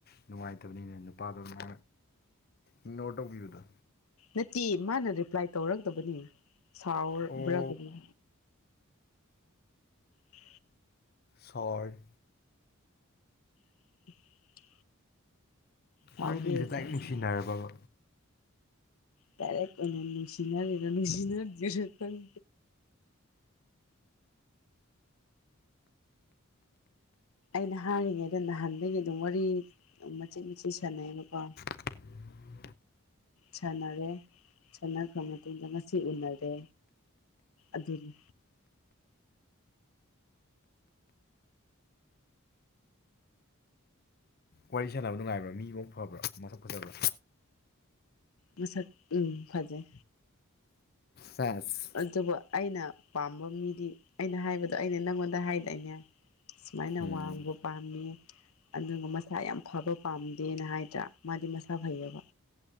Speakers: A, on the left; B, on the left.
A: ꯅꯨꯡꯉꯥꯏꯇꯕꯅꯤꯅ ꯅꯨꯄꯥꯗꯣ ꯅ ꯏꯪꯅꯣꯔ ꯇꯧꯕꯤꯕꯗꯣ
B: ꯅꯠꯇꯦ ꯃꯥꯅ ꯔꯤꯄ꯭ꯂꯥꯏ ꯇꯧꯔꯛꯇꯕꯅꯤ ꯁꯥꯎ꯭ꯔꯒꯗꯤ
A: ꯑꯣ
B: ꯎ
A: ꯁꯥꯎꯔꯤ
B: <inaudible> ꯁꯥꯎꯒꯦ
A: ꯅꯣꯏꯅꯤꯒꯤꯁꯦ ꯗꯥꯏꯔ‌ꯦꯛ
B: ꯁꯥꯎꯁꯦ
A: ꯅꯨꯡꯁꯤꯅꯔꯕꯕ
B: ꯗꯥꯏꯔ‌ꯦꯛ ꯑꯣꯏꯅ ꯅꯨꯡꯁꯤꯅꯔꯤꯔ ꯅꯨꯡꯁꯤꯅꯗꯔꯤꯔ‌ ꯈꯪ ꯑꯩꯅ ꯍꯥꯏꯔꯤꯉꯩꯗ ꯅꯍꯥꯟꯗꯒꯤ ꯑꯗꯨꯝ ꯋꯥꯔꯤ ꯃꯆꯦꯠ ꯃꯆꯦꯠ ꯁꯥꯟꯅꯩꯑꯦꯕꯀꯣ
A: <unintelligible> <inaudible>
B: ꯁꯥꯟꯅꯔꯦ ꯁꯥꯟꯅꯈ꯭ꯔꯕ ꯃꯇꯨꯡꯗ ꯉꯁꯤ ꯎꯅꯔꯦ ꯑꯗꯨꯅꯤ
A: ꯋꯥꯔꯤ ꯁꯥꯟꯅꯕ ꯅꯨꯡꯉꯥꯏꯕ꯭ꯔꯥ ꯃꯤ ꯃꯕꯨꯛ ꯐꯕ꯭ꯔꯥ ꯃꯁꯛ ꯐꯖꯕ꯭ꯔꯥ
B: ꯃꯁꯛ ꯎꯝ ꯐꯖꯩ
A: ꯁ‌ꯦꯁ
B: ꯑꯗꯨꯕꯨ ꯑꯩꯅ ꯄꯥꯝꯕ ꯃꯤꯗꯤ ꯑꯩꯅ ꯍꯥꯏꯕꯗꯣ ꯑꯩꯅ ꯅꯪꯉꯣꯟꯗ ꯍꯥꯏꯗꯥꯏꯅꯦ ꯁꯨꯃꯥꯏꯅ
A: ꯎꯝ
B: ꯋꯥꯡꯕ ꯄꯥꯝꯃꯦ ꯑꯗꯨꯒ ꯃꯁꯥ ꯌꯥꯝ ꯐꯕ ꯄꯥꯝꯗꯦꯅ ꯍꯥꯏꯗ꯭ꯔꯥ ꯃꯥꯗꯤ ꯃꯁꯥ ꯐꯩꯌ‌ꯦꯕ